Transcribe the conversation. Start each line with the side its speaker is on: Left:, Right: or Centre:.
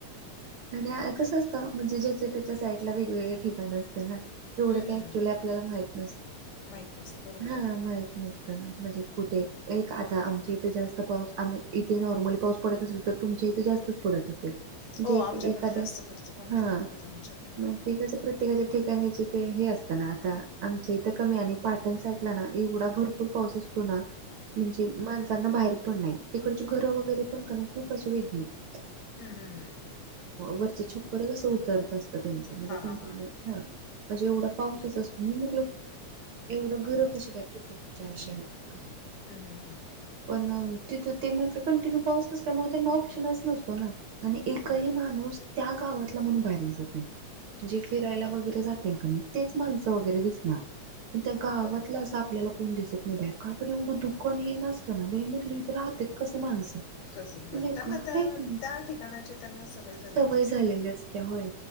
Right: आणि कसं असतं म्हणजे ज्याच, त्याच्या साईड ला वेगवेगळे ठिकाण असतं ना.
Left: बरोबर
Right: एवढं का एक्च्युली आपल्याला माहित नसत
Left: माहीत नसतं बरोबर
Right: हा
Left: आहे
Right: माहित नसत. म्हणजे कुठे एक आता आमच्या इथे जास्त पाऊस आम्ही इथे नॉर्मली पाऊस पडत असेल तर तुमची तिथे जास्तच पडत असेल म्हणजे
Left: हो आमच्याकडे
Right: एखाद्या
Left: जास्त पडतो कंटिन्यू
Right: हा
Left: पडतो आमच्याकडे.
Right: मग ते कसं प्रत्येकाच्या ठिकाणीचे ते हे असतं ना आता आमचे इथं कमी आणि पाटण साटला ना एवढा भरपूर पाऊस अस असतो ना म्हणजे माणसांना बाहेर पण नाही तिकडची घरं वगैरे पण कने खूप अशी वेगळी आहेत.
Left: हम्म, हम्म, हम्म.
Right: वरच छप्परच अस उतारत असत त्यांच म्हणजे
Left: हां
Right: कंटिन्यू
Left: हां
Right: हां. म्हणजे एवढा पाऊसच असतो मी म्हटलं एवढं घरं कशी काय प्रत्येकाची अशी आहेत.
Left: हम्, हम्, हम्.
Right: पण तिथ ते म्हटले कंटिन्यू पाऊस असल्यामुळे त्यांना ऑप्शनच नसतो ना आणि काही
Left: बरोबर
Right: माणूस
Left: आहे
Right: त्या गावातला म्हणून बाहेर दिसत नाही. जे फिरायला
Left: बघ
Right: वगैरे जातील का नाही तेच माणसं वगैरे दिसणार. त्या गावातला
Left: बरं
Right: अस आपल्याला कोण दिसत नाही बाहेर का तर एढं दुःख नाही हे नसतं ना इथ राहतात कस माणसं
Left: कसंच बरं
Right: निगळ
Left: त्यांना त्या
Right: हाय की नाही.
Left: त्या ठिकाणाची त्यांना झालेली
Right: सवय
Left: असते
Right: झालेली
Left: ना
Right: असत्या होय